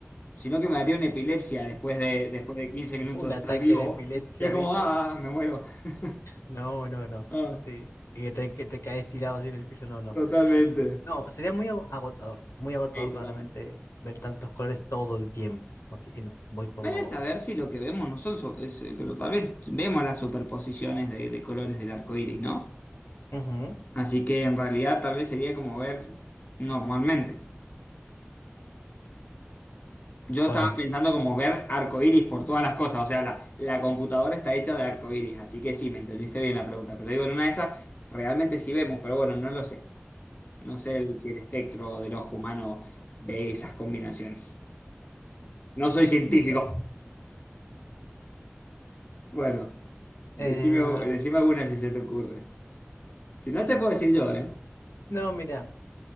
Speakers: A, on the left; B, on the left.
A: sino que me daría una epilepsia después de, después de 15
B: <laughs>
A: minutos
B: Un
A: de
B: ataque
A: estar vivo.
B: de epilepsia,
A: Y es como,
B: ¿viste?
A: ah, me muero. <laughs>
B: No, no, no.
A: Ah,
B: Sí. Y que te, que te caes tirado así en el piso. No, no.
A: totalmente.
B: No, sería muy ago- agotador, muy agotador
A: Sí, totalmente.
B: para la mente ver tantos colores todo el tiempo. Así que no, voy por
A: Vale
B: los...
A: saber si lo que vemos no son, so- es- pero tal vez vemos las superposiciones de, de colores del arco iris, ¿no?
B: Ujú,
A: Así que en realidad tal vez sería como ver normalmente. Yo
B: ponele.
A: estaba pensando como ver arco iris por todas las cosas, o sea, la, la computadora está hecha de arco iris, así que sí, me entendiste bien la pregunta, pero digo, en una de esas realmente sí vemos, pero bueno, no lo sé. No sé el- si el espectro del ojo humano ve esas combinaciones. No soy científico.
B: Mira.
A: Bueno, decime,
B: Eh,
A: decime alguna si se te ocurre. Si no, te puedo decir yo, ¿eh?
B: no, mira,